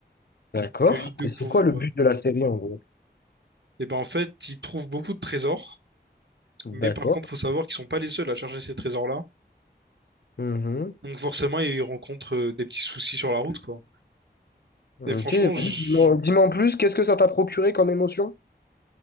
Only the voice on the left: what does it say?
d'accord.
Et c'est quoi le but
de la série en gros?
D'accord.
Mhm.
Ok,
vas-y,
dis-moi dis-moi en plus, qu'est-ce que ça t'a procuré comme émotion?